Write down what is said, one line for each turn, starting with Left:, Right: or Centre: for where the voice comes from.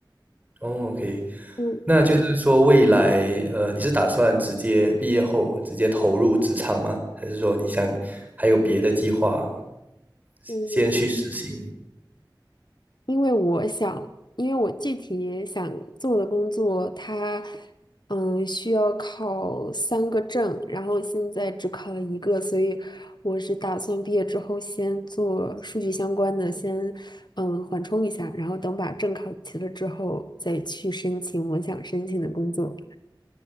Right: 哦，OK，
Left: 嗯
Right: 那就是说未来呃你是打算直接毕业后直接投入职场吗？还是说你想还有别的计划
Left: 嗯，
Right: 先去实行？
Left: 因为我想，因为我具体想做的工作，它嗯需要考三个证，然后现在只考了一个，所以我是打算毕业之后先做数据相关的，先嗯缓冲一下，然后等把证考齐了之后再去申请我想申请的工作。